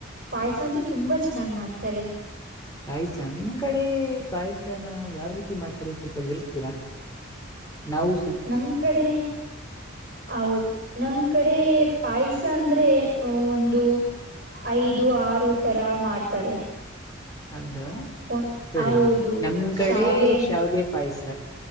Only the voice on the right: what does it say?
ಪಾಯಸ ಅಂತೂ ತುಂಬಾ ಚೆನ್ನಾಗ್ ಮಾಡ್ತಾರೆ.
ನಮ್ ಕಡೆ ಹೌದ್ ನಮ್ ಕಡೆ ಪಾಯಸ ಅಂದ್ರೆ ಒಂದು ಐದು ಆರು ತರ ಮಾಡ್ತಾರೆ.
ಒನ್-
ಹೌದು
ಶಾವ್ಗೆ